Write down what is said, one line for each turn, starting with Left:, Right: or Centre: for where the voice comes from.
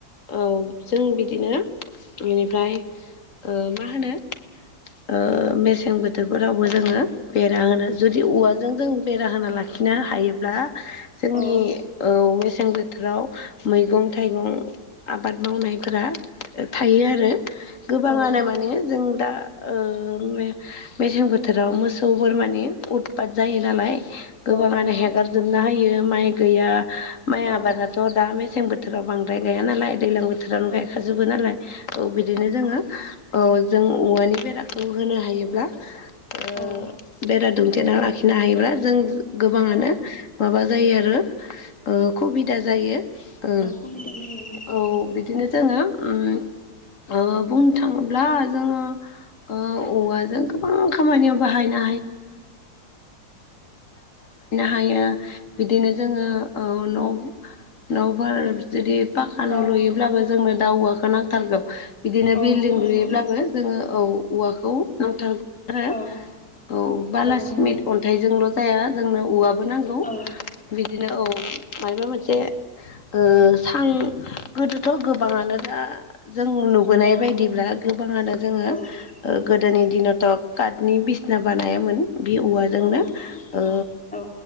Left: औ जों बिदिनो इनिफ्राय ओ मा होनो ओ मेसें बोथोरफोरावबो जोंङो बेरा होना जुदि औवाजों जों बेरा होना लाखि खिनो हायोब्ला जोंनि
Centre: औ
Left: औ मेसें बो थोराव मैगं थाइगं आबाद मावनायफोरा थायो आरो। गोबांङानो
Centre: औ
Left: माने जों दा ओ मे-मेसें बोथोराव मोसौ बोरमानि उदपात जायो नालाय। गोबांङानो
Centre: औ नंगौ
Left: हेगारजोबना होयो माइ गैया माइ
Centre: औ
Left: आबादाथ' दा मेसें बो थोराव बांद्राय गाया नालाय दैलां बोथोरावनो
Centre: औ
Left: गायखा जोबो नालाय औ बिदिनो जोंङो औ जों औवानि बेराखौ होनो हायोब्ला ओ
Centre: औ
Left: बेरा दुमथेना लाखिनो हायोब्ला जों गोबांङानो
Centre: औ
Left: माबा जायो आरो ओ खुबिदा जायो ओ
Centre: सुबिदा जायो
Left: औ बिदिनो जोंङो उम ओ बुंनो थांङोब्ला जोंङो ओ औवाजों गोबां गायनो हायो बिदिनो जोंङो ओ न' न'फोर जुदि पाखा न'
Centre: औ
Left: लुयोब्लाबो जोंनो दा उवाखौ नांथारगौ। बिदिनो
Centre: औ
Left: बिल्डिं
Centre: नंगौ
Left: लुयोब्लाबो जोंङो औ औवाखौ नांथारगौ आरो।
Centre: औ
Left: औ बालासिमेन्ट
Centre: नंगौ नोंथां
Left: अन्थाइजोंल' जाया जोंनो औवाबो नांगौ
Centre: औ
Left: बिदिनो औ। मायबा मोनसे ओ सां गोदोथ' गो बांङानो दा जों नुबोनाय
Centre: औ
Left: बायदिब्ला गोबांङानो जोंङो
Centre: औ
Left: गोदोनि दिनावथ' काटनि बिसना बानायामोन। बे औवाजोंनो
Centre: नंगौ
Left: ओ‌
Centre: औ